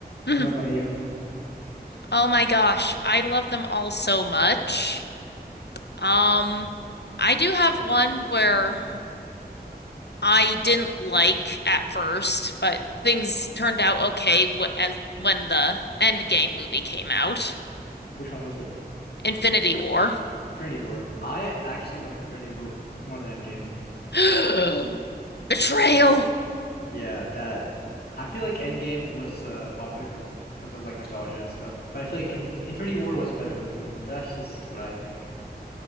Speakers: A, on the left (about 85°); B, on the left (about 70°).
A: Mhm.
B: And what about you?
A: Oh my gosh, I love them all so much. Um, I do have one where I didn't like at first, but things turned out okay wh as when the Endgame movie came out.
B: Which one was it?
A: Infinity War.
B: Infinity War. I actually like Infinity War more than Endgame.
A: <gasps> Betrayal.
B: Yeah, that I feel like Endgame was uh popular because because of like nostalgia and stuff. But I feel like in Infinity War was a better movie. But that's just what I think.